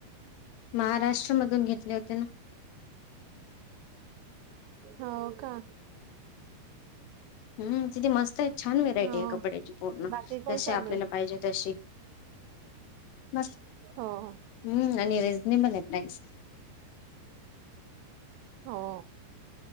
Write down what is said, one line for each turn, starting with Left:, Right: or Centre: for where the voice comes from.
Left: महाराष्ट्र मधून घेतले होते ना.
Right: हो का?
Left: हम्म. तिथती मस्त आहे, छान व्हेरायटी
Right: हो
Left: आहे कपड्याची पूर्ण,
Right: बाकी काय
Left: जशी
Right: चालू
Left: आपल्याला पाहिजे तशी. मस्
Right: हा,
Left: हम्म आणि रिझनेबल आहे प्राईस.
Right: हो.